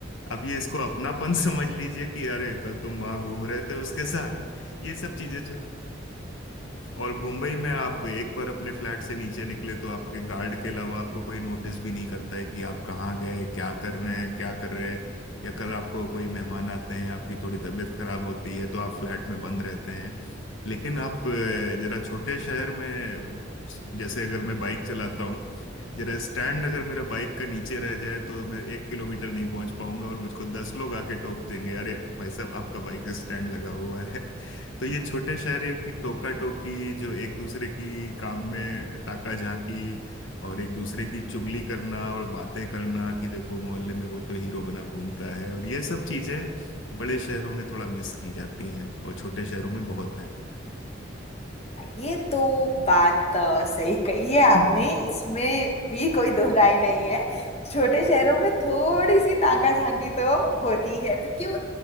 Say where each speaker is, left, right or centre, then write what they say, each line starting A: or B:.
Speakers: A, on the left; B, on the left.
A: अब ये इसको अपनापन <laughs> समझ लीजिए कि अरे कल तुम वहां घूम रहे थे उसके साथ ये सब चीजें छो- और मुंबई में आप एक बार अपने फ्लैट से नीचे निकले तो आपके गार्ड के अलावा आपको कोई नोटिस भी नहीं करता है कि आप कहाँ गए क्या कर रहे हैं क्या कर रहे हैं या कल आपको कोई मेहमान आते हैं आपकी थोड़ी तबीयत खराब होती है तो आप फ्लैट में बंद रहते हैं लेकिन आप अ, जरा छोटे शहर में जैसे अगर मैं बाइक चलाता हूँ जरा स्टैंड अगर मेरा बाइक का नीचे रह जाए तो मैं एक किलोमीटर नहीं पहुंच पाऊंगा और मुझको दस लोग आके टोक देंगे अरे भाई साहब आपका बाइक स्टैंड लगा हुआ है तो ये छोटे शहरों की टोका टोकी जो एक दूसरे की काम में ताका झांकी और एक दूसरे की चुगली करना और बातें करना कि देखो मोहल्ले में वो तो हीरो बना घूमता है और ये सब चीजें बड़े शहरों में थोड़ा मिस की जाती हैं और छोटे शहरों में बहुत हैं
B: ये तो बात अ, सही कही है आपने
A: <laughs>
B: इसमें भी कोई दोहराई नहीं है छोटे शहरों में थोड़ी सी ताका झांकी तो होती है पर क्यों